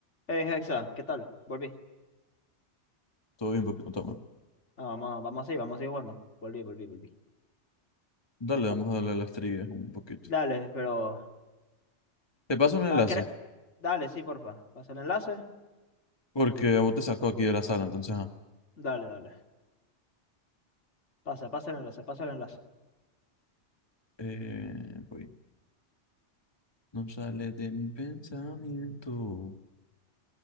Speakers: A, on the left; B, on the left.
A: Hey, Hexa, ¿qué tal? Volví.
B: Todo bien, papi, contame.
A: Ah, vamos, vamos así, vamos así jugando. Volví, volví, volví.
B: Dale,
A: Vam-
B: vamos a darle a las trivias un poquito.
A: dale, pero...
B: Te paso un enlace,
A: va, ¿qué era? Dale, sí, porfa. Pasa el enlace.
B: porque a vos te sacó aquí de la sala, entonces, ajá.
A: Dale, dale. Pasa, pasa el enlace, pasa el enlace.
B: Eh, voy. No sale de mi pensamiento.